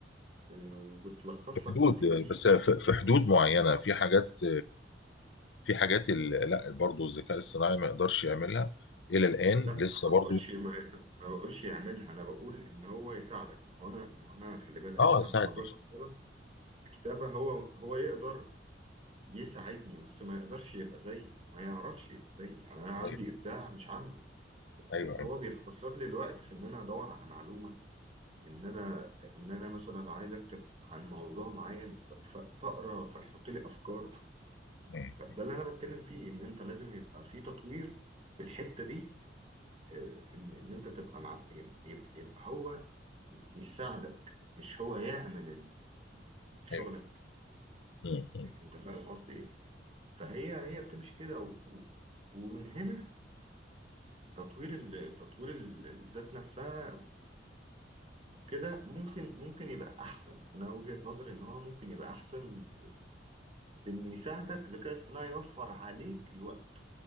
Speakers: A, on the right; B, on the left.
A: آه، وبتلخص لك
B: حدود
A: وقت كبير
B: بس في في حدود معينه في حاجات في حاجات ال- لا برضه الذكاء الصناعي ما يقدرش يعملها الى الان
A: لا أنا
B: لسه
A: ما
B: برضه
A: بقولش ما, يقدر- ما بقولش يعملها أنا بقول إن هو يساعدك ما هو أنا ما هو أنا خلي بالك
B: اه
A: أنا
B: ساعد
A: في موضوع
B: ماشي
A: الكتابة الكتابة هو هو يقدر يساعدني بس ما يقدرش يبقى زيي ما يعرفش يبقى زيي يعني أنا عندي
B: ايوه
A: إبداع مش عنده بس
B: ايوه
A: هو
B: ايوه
A: بيختصر لي الوقت في إن أنا أدور على معلومة ان انا ان انا مثلا لو عايز اكتب عن موضوع معين ف- ف- فاقرا فيحط لي افكار
B: مم.
A: فده اللي انا بتكلم فيه ان انت لازم يبقى في تطوير في الحته دي آه، ان ان انت تبقى مع يبقى, يبقى, يبقى هو ي- يساعدك مش هو يعمل ال- ال- شغلك
B: ايوه مم. مم.
A: انت فاهم قصدي ايه فهي هي بتمشي كده و- و- ومن هنا تطوير ال- تطوير ال- الذات نفسها وكده ممكن ممكن يبقى احسن انا وجهة نظري ان هو ممكن يبقى احسن بإن يساعدك ذكاء اصطناعي يوفر عليك الوقت